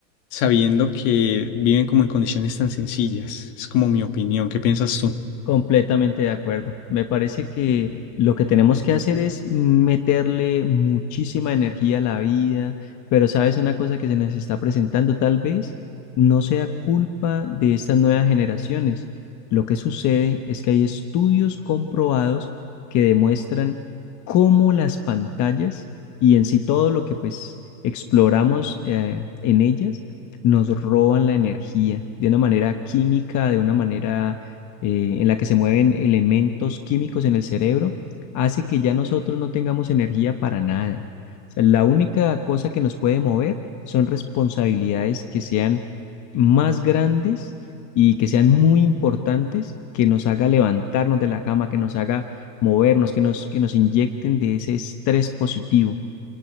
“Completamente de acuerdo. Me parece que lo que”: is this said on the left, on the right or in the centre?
Left